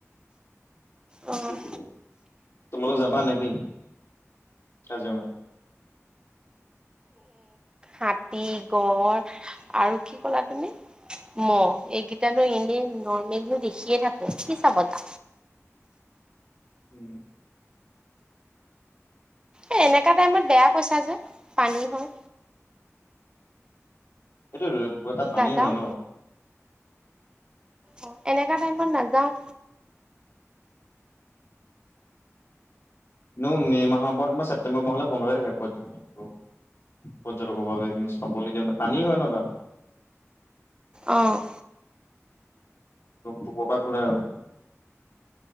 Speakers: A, on the right (about 15°); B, on the left (about 55°).
A: অ উম
B: কি খবৰ তোমালোক যাবা নেকি। কাজিৰঙা।
A: হাতী গড় আৰু কি ক'লা তুমি। ম এইকেইটানো এনে নৰ্মেলিও দেখিয়ে থাকোঁ কি চাব তা
B: ওম।
A: এই এনেকুৱা টাইমত বেয়া কৈছা যে পানী হয়।
B: এইটো এটা পানী
A: নাযাওঁ
B: হয় ন।
A: অ', এনেকা টাইমত নাযাওঁ।
B: নো মে' মাহৰ পৰা আমাৰ ছেপটেম্বৰ মাহলৈ বন্ধ হৈ থাকে পৰ্যন্তটো। পৰ্যটকৰভাৱে এইখিনি চাবলৈ নিদিয়ে পানী হয় ন তাত।
A: অ'।
B: কটোবৰ পৰা খোলে আৰু ন